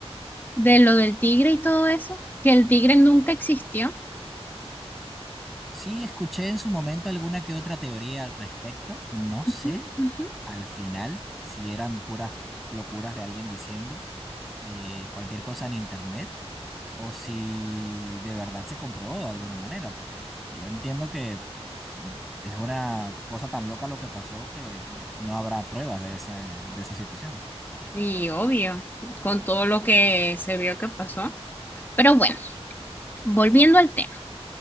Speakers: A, on the left; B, in the centre.
A: de lo del tigre y todo eso, que el tigre nunca existió.
B: Sí, escuché en su momento alguna que otra teoría al respecto. No sé
A: Ujú, ujú.
B: al final si eran puras locuras de alguien diciendo eh, cualquier cosa en internet o si de verdad se comprobó de alguna manera, porque yo entiendo que es una cosa tan loca lo que pasó que no habrá pruebas de ese, de esa situación.
A: Y obvio, con todo lo que se vio que pasó. Pero bueno, volviendo al tema.